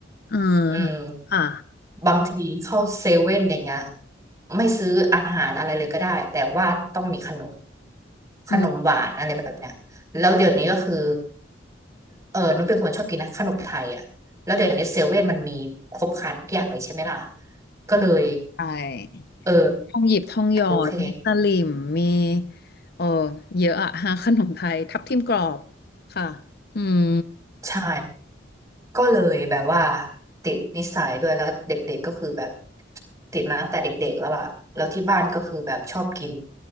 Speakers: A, on the left; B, on the right.
A: เออ
B: อืม
A: ค่ะ
B: บางทีเข้าเซเว่นอย่างเงี้ยไม่ซื้ออาหารอะไรเลยก็ได้แต่ว่าต้องมีขนมขนมหวานอะไรแบบเนี้ยแล้วเดี๋ยวนี้ก็คือ
A: อืม
B: เออนุชเป็นคนชอบกินนะขนมไทยอ่ะแล้วเดี๋ยวนี้เซเว่นมันมีครบครันทุกอย่างเลยใช่ไหมล่ะก็เลย
A: ใช่
B: เออ
A: ทองหยิบทองหยอดมีตะหลิมมี
B: โอเค
A: เออเยอะอะ <laughs> ฮะขนมไทยทับทิมกรอบค่ะอืม
B: ใช่ ก็เลยแบบว่าติดนิสัยด้วยแล้วเด็กๆก็คือแบบติดมาตั้งแต่เด็กๆแล้วอะแล้วที่บ้านก็คือแบบชอบกิน